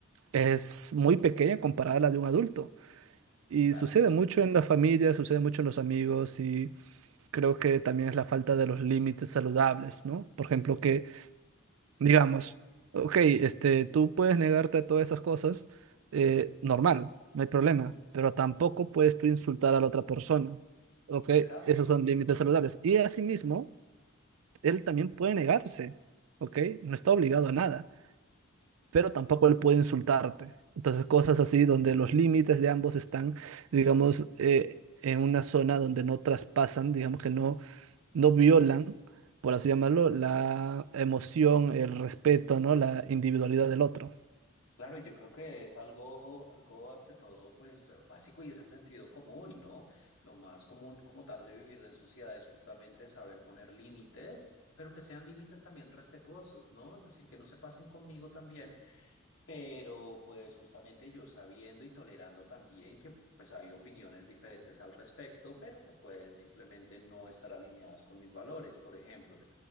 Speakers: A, on the right (about 80°); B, on the left (about 75°).
A: es muy pequeña comparada a la de un adulto. Y
B: claro.
A: sucede mucho en la familia, sucede mucho en los amigos y creo que también es la falta de los límites saludables, ¿no? Por ejemplo, que digamos, ok, este, tú puedes negarte a todas esas cosas, eh, normal, no hay problema,
B: Ujú,
A: pero tampoco puedes tú insultar a la otra persona, ¿ok?
B: Exacto.
A: Esos son límites saludables. Y asimismo, él también puede negarse, ¿ok? No está obligado a nada. pero tampoco él puede insultarte. Entonces, cosas así donde los límites de ambos están, digamos, eh, en una zona donde no traspasan, digamos que no, no violan, por así llamarlo, la emoción, el respeto, ¿no? La individualidad del otro.
B: Claro, yo creo que es algo, algo ante todo, pues básico y es el sentido común, ¿no? Lo más común como tal de vivir en sociedad es justamente saber poner límites, pero que sean límites también respetuosos, ¿no? Es decir, que no se pasen conmigo también, pero pues justamente yo sabiendo y tolerando también que pues hay opiniones diferentes al respecto, pero que pueden simplemente no estar alineadas con mis valores, por ejemplo.